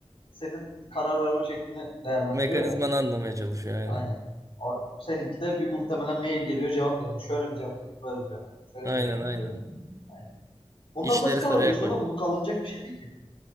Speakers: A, on the left; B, on the right.
A: senin karar verme şeklini değerlendiriyor
B: Mekanizmanı
A: ya.
B: anlamaya çalışıyor aynen.
A: Aynen. O, seninki de bir muhtemelen mail geliyor. Cevap vereyim. Şöyle mi cevap vereyim? Böyle mi cevap vereyim? Şöyle
B: Aynen
A: mi cevap vereyim?
B: aynen.
A: Böyle mi cevap vereyim? Aynen. Bundan
B: İşleri
A: nasıl kalabilirsin
B: sıraya koymuş.
A: oğlum? Bu kalınacak bir şey değil ki.